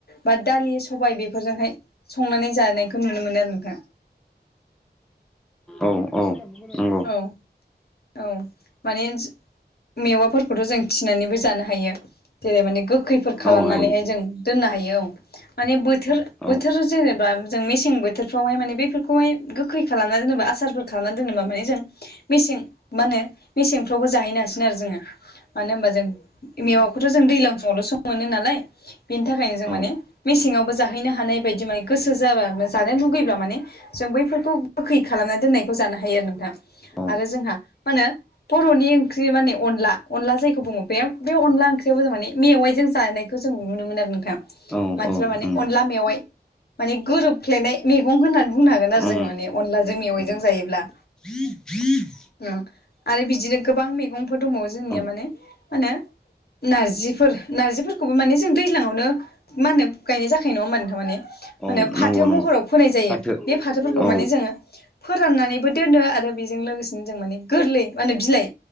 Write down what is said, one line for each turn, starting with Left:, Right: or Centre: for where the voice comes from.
Left: बा दालि सबाय बेफोरजोंहाय संनानै जानायखौ नुनो मोनो आरो नोंथां
Centre: औ औ नंगौ
Left: औ औ माने मेवाफोरखौथ' जों थिनानैबो जानो हायो जेरै माने गोखै फोर खालामनानैहाय
Centre: औ हायो
Left: जों दोननो हायो औ माने बोथोर
Centre: औ
Left: बोथोर जेनेबा जों मेसें बोथोरफ्रावहाय माने बेफोरखौहाय गोखै खालामना दोनोबा आसारफोर खालामना दोनोबा माने मेसें मा होनो मेसेंफ्रावबो जाहैनो हासि गोन आरो जोङो मानो होनबा जों मेवाखौथ' जों दैलां समावलसो सम मोनो नालाय बेनि थाखायनो जों
Centre: औ
Left: माने मेसेङावबो जाहैनो हानाय बायदि माने गोसो जाबा जानो लुगैब्ला माने जों बैफोरखौ गोखै खालामना दोननायखौ जानो हायो आरो नोंथां।
Centre: औ
Left: आरो जोंहा मा होनो बर'नि ओंख्रि माने अनला अनला जायखौ बुङो बे बे अनला ओंख्रि खौ जों माने मेवाइजों जानायखौ जों नुनो मोन आरो नोंथां
Centre: औ
Left: मानसिफ्रा
Centre: औ
Left: माने
Centre: नंगौ
Left: अनला मेवाइ माने गोरोबफ्लेनाय मेगं होननानै बुंनो हागोन आरो
Centre: ओं
Left: जोङो
Centre: नंगौ
Left: माने अनलाजों मेवाइजों
Centre: नंगौ
Left: जायोब्ला।
Centre: <inaudible>
Left: औ आरो बिदिनो गोबां मैगंफोर दंबावो जोंनिया
Centre: औ
Left: माने मा होनो नारजिफोर नारजिफोरखौबो माने जों दैज्लाङावनो मा होनो गायनाय जाखायो नङा होमबा नोंथां माने मा
Centre: औ
Left: होनो फाथो
Centre: नंगौ नंगौ
Left: महराव फोनाय जायो
Centre: फाथो
Left: बे फाथोफोरखौ
Centre: औ
Left: माने जोङो फोराननानैबो दोनो आरो बेजों लोगोसेनो जों माने गोरलै माने बिलाइ